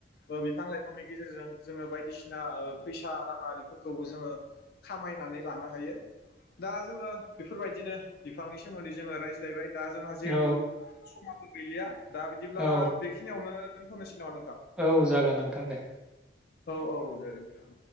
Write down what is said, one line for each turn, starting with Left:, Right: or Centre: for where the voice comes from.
Left: ओ बिफां लाइफांनि गेजेरजों जोङो बायदिसिना ओ फैसा राङिफोरखौबो जोङो खामायनानै लानो हायो। दा जोङो बेफोरबायदिनो बिफांनि सोमोन्दै जोङो रायज्लायबाय दा जोंहा जिहेथु
Centre: औ
Left: समाबो गैलिया दा बिदिब्ला
Centre: औ
Left: बेखिनियावनो दोन्थ'नोसै <unintelligible>
Centre: औ जागोन नोंथां दे।
Left: औ औ दे नोंथां।